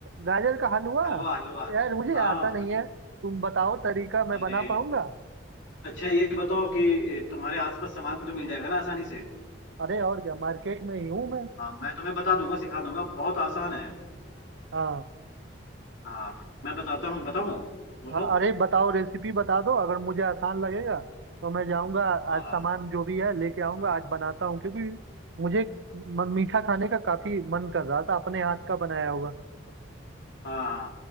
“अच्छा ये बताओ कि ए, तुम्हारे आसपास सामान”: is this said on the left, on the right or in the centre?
Left